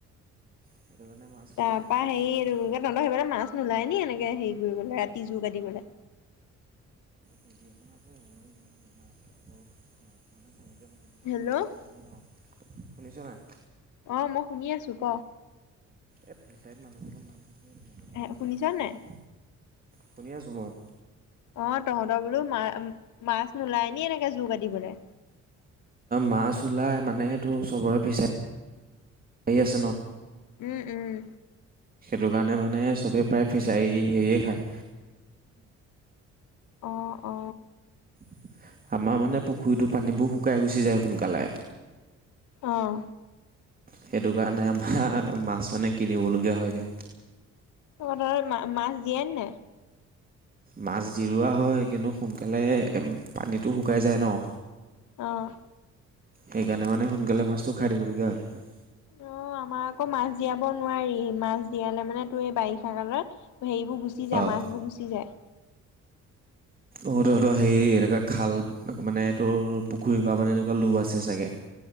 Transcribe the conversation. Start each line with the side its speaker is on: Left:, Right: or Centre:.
Right: সেইটো কাৰণে মাছ কিনি
Left: তাৰপা
Right: আনিলো
Left: হেৰি আৰু তন্ত হৈ ফালে মাছ। নোলায় নি এনেকে হেৰি কৰিবলে ৰাতি যোৰ কৰিবলে।
Right: নদী এখন আছে হ'লেও ইমান নোলাই মাছ মানে তেনেকে মানুহবিলাকে
Left: হেল্ল'
Right: ফিচাৰীত আছে ন শুনিছ নাই
Left: অ মই শুনি আছো ক
Right: এই ফিচাইত মানুহৰ মাছ আছে কিনি
Left: এ শুনিছানে
Right: পেলাই নাখায়
Left: নাই
Right: শুনি আছোঁ মই
Left: অ তহঁতৰ বোলো মা মাছ নোলাই নি এনেকে যো কাটিবলে
Right: মাছ ওলাই মানে সেইটো চবৰে ফিচাই হি আছে ন
Left: উম উম
Right: দগানে মানে চবে প্ৰায় ফিচাৰী হেৰিয়ে খায়
Left: অ অ
Right: <inaudible> আমাৰ মানে পুখুৰীতো পানীবোৰ শুকাই গৈছে গুচি যায় সোনকালে
Left: অহ
Right: সেইটো কাৰণে আমাৰ মাছ মানে কিনিবলগীয়া হয়গে
Left: ঘৰৰ মা মাছ দিয়েন নে
Right: মাছ জিৰোৱা হয় কিন্তু সোনকালে পানীটো শুকাই যায় ন
Left: অহ
Right: সেইকাৰণে মানে সোনকালে মাছটো খাই দিবলগীয়া হয়।
Left: অ আমাৰ আকৌ মাছ দিয়াব নোৱাৰি মাছ দিয়ালে মানে তোৰ এই বাৰিষা কালত সেইবোৰ গুচি যায়
Right: অঁ
Left: মাছ বোৰ গুচি যায়
Right: অহতহঁতৰ সেই এনেকুৱা খাল মানে তোৰ পুখুৰীৰ বা মানে এনেকুৱা লো আছে চাগে।